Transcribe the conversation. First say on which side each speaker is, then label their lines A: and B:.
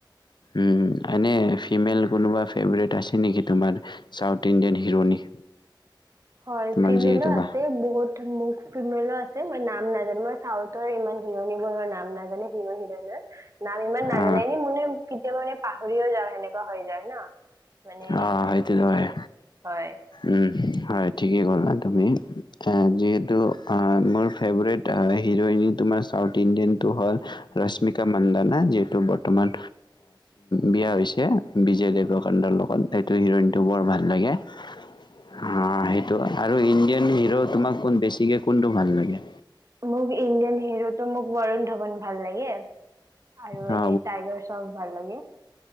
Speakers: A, on the left; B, on the right.
A: উম, এনে ফিমেল কোনোবা ফেভৰেট আছে নেকি তোমাৰ, চাউথ ইণ্ডিয়ান হিৰণী।
B: হয়,
A: তোমাক
B: ফিমেলো
A: যিহেতু বা
B: আছে বহুত ফিমেলো আছে মই নাম নাজানো মই তই ইমান হিৰণী বোৰৰ নাম নাজানো হিৰণ হিৰণৰ। নাম ইমান নাজানে
A: অ
B: এনেই মানে কেতিয়াবা মানে পাহৰিয়েই যাওঁ সেনেকুৱা হৈ যায় ন। মানে
A: অ,
B: ইমান
A: সেইটো
B: এইটো
A: হয়,
B: হয়
A: উম। হয় ঠিকেই ক'লা তুমি, অ, যিহেতু মোৰ ফেভৰেট হিৰইন তোমাৰ চাউথ ইণ্ডিয়ানটো হ'ল ৰশ্মিকা মান্দানা যিহেতু বৰ্তমান বিয়া হৈছে, বিজয় দেৱৰকোণ্ডাৰ লগ সেইটো হিৰইনটো বৰ ভাল লাগে। অ, সেইটো, আৰু ইণ্ডিয়ান হিৰো তোমাক বেছিকে কোনটো ভাল লাগে।
B: মোক ইণ্ডিয়ান হিৰোটো মোক ৱৰুণ ধাৱন। ভাল লাগে। আৰু
A: অ
B: এনে টাইগাৰ চব ভাল লাগে।